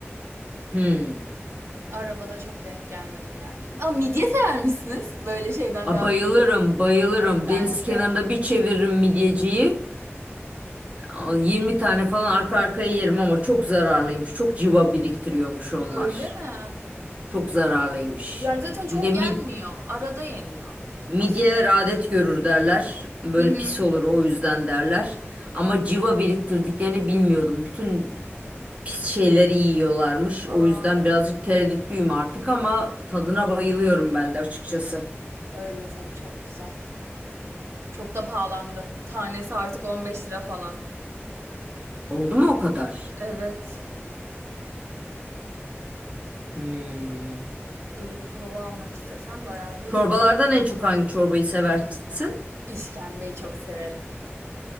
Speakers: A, on the right (about 30°); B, on the right (about 80°).
A: Hmm.
B: Arabada çok denk gelmedim yani. Aa, midye sever misiniz? Böyle şeyden
A: A,
B: devam
A: bayılırım,
B: et.
A: bayılırım.
B: Ben
A: Deniz kenarında
B: de.
A: bir çeviririm midyeciyi. A, 20 tane falan arka arkaya yerim ama çok zararlıymış. Çok civa biriktiriyormuş onlar.
B: Öyle mi?
A: Çok zararlıymış.
B: Yani zaten
A: Bir
B: çok
A: de mid
B: yenmiyor. Arada yeniyor
A: midyeler
B: aslında.
A: adet görür derler. Böyle
B: Hı hı.
A: pis olur o yüzden derler. Ama civa biriktirdiklerini bilmiyordum. Bütün pis şeyleri yiyorlarmış. O
B: Aa,
A: yüzden birazcık tereddütlüyüm artık ama tadına bayılıyorum ben de açıkçası.
B: öyle tabii çok güzel. Çok da pahalandı. Tanesi artık 15 lira falan.
A: Oldu mu o kadar?
B: Evet.
A: Hmm.
B: Böyle bir kova almak istesen bayağı bir
A: Çorbalardan en çok hangi çorbayı seversin?
B: İşkembeyi çok severim.